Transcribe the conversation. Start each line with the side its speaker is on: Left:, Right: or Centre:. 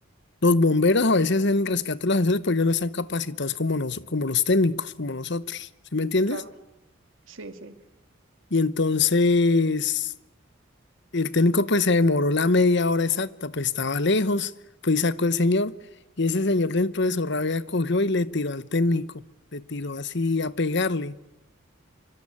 Left: los bomberos a veces hacen el rescate de los ascensores, pero ellos no están capacitados como, nos, como los técnicos, como nosotros. ¿Sí me entiendes?
Right: claro, sí, sí.
Left: Y entonces... El técnico pues se demoró la media hora exacta, pues estaba lejos, pues sacó el señor y ese señor dentro de su rabia cogió y le tiró al técnico, le tiró así a pegarle.